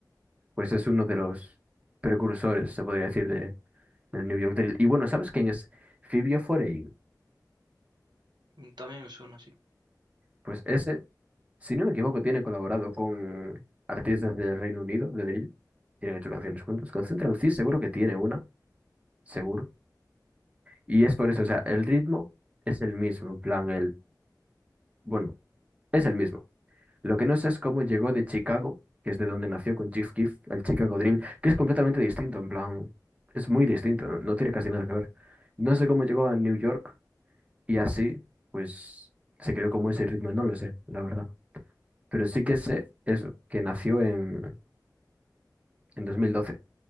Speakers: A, on the right; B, on the right.
A: Pues es uno de los precursores, se podría decir, de, del New York Drill. Y bueno, ¿sabes quién es Fibio Foreign?
B: Mm, También me suena sí.
A: Pues ese, si no me equivoco, tiene colaborado con artistas del Reino Unido, de Drill. Tienen hecho canciones juntos. Con Central C seguro que tiene una, seguro. Y es por eso, o sea, el ritmo es el mismo, en plan, el, bueno, es el mismo. Lo que no sé es cómo llegó de Chicago, que es de donde nació con Chief Keef, el Chicago Drill, que es completamente distinto, en plan, es muy distinto, no no tiene casi nada que ver. No sé cómo llegó a New York y así, pues, se creó como ese ritmo, no lo sé, la verdad. Pero sí que sé eso, que nació en, en 2012.